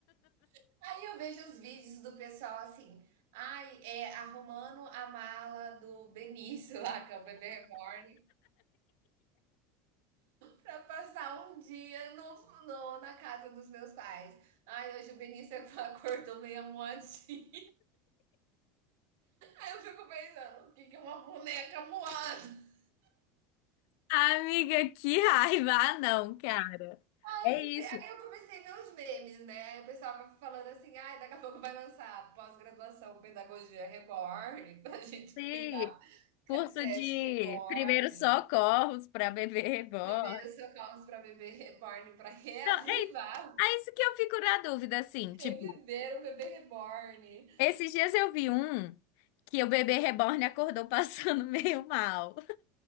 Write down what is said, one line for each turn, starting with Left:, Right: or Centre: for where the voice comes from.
Right: <laughs> Aí eu vejo os vídeos do pessoal assim, ai, é, arrumando a mala do Benício lá, que é o bebê reborn, pra passar um dia no, no- na casa dos meus pais. Ai, hoje o Benício <laughs> acordou meio moadinho. Aí eu fico pensando, o que que é uma boneca moada?
Left: Amiga, que raiva! Ah, não, cara.
Right: Aí
Left: É isso.
Right: eu comecei a ver os memes, né? Aí o pessoal vai falando assim, ai, daqui a pouco vai lançar pós-graduação Pedagogia Reborn, <laughs> pra gente
Left: Sim,
Right: cuidar, cre-
Left: curso
Right: creche
Left: de
Right: Reborn,
Left: primeiros socorros pra bebê reborn.
Right: primeiros socorros para bebê Reborn, para reavivar,
Left: Não, é isso. É isso que eu fico na dúvida, assim, tipo.
Right: reviver o bebê Reborn.
Left: Esses dias eu vi um que o bebê reborn acordou passando <laughs> meio mal.